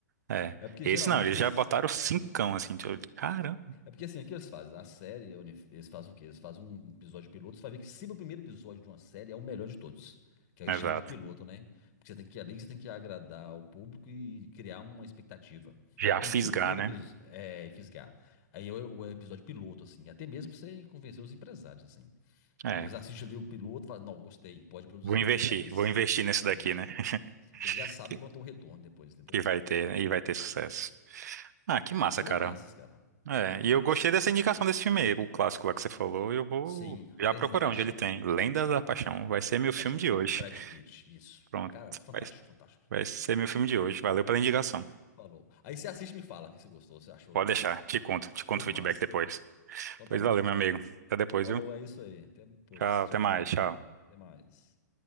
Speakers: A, on the right; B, on the left.
A: É.
B: É porque
A: Esse
B: geralmente
A: não, eles
B: que
A: já
B: as-
A: botaram cincão assim, tipo, caramba.
B: É porque assim, o que eles fazem? A série, Oni, eles fazem o quê? Eles fazem um episódio piloto, você vai ver que sempre o primeiro episódio de uma série é o melhor de todos. Que eles
A: Exato.
B: chamam de piloto, né? Porque você tem que ir ali, que você tem que agradar o público e criar uma expectativa.
A: Já
B: Então,
A: fisgar,
B: sempre o primeiro
A: né?
B: episódio é fisgar. Aí é o o episódio piloto, assim. Até mesmo pra você convencer os empresários, assim.
A: É.
B: Aí eles assistem ali o piloto e falam, não, gostei, pode produzir.
A: Vou investir,
B: Aí eles
A: vou investir nesse daqui,
B: é, investir.
A: né? <laughs>
B: Assim, que eles já sabem
A: Que,
B: que vão ter um retorno depois, entendeu?
A: que vai ter, e vai ter sucesso. Ah, que massa,
B: Mas
A: cara.
B: é massas, cara.
A: É,
B: Muito
A: e
B: massa.
A: eu gostei dessa indicação desse filme aí, o clássico lá que você falou. Eu vou
B: Sim,
A: já
B: Lendas
A: procurar
B: da Paixão.
A: onde ele tem. Lendas da Paixão. Vai ser meu
B: Da Paixão,
A: filme de hoje.
B: com Brad Pitt, isso.
A: Pronto.
B: Cara, fantástico,
A: Vai,
B: fantástico.
A: vai ser meu filme de hoje. Valeu pela indicação.
B: Falou. Aí você assiste e me fala o que você gostou, você achou
A: Pode
B: do filme
A: deixar.
B: assim.
A: Te conto. Te conto
B: Muito
A: o feedback
B: massa.
A: depois.
B: Então
A: Pois
B: tá bom.
A: valeu, meu amigo. Até depois,
B: Falou,
A: viu?
B: é isso aí. Até depois.
A: Tchau.
B: Tchau,
A: Até mais.
B: tchau.
A: Tchau.
B: Até mais.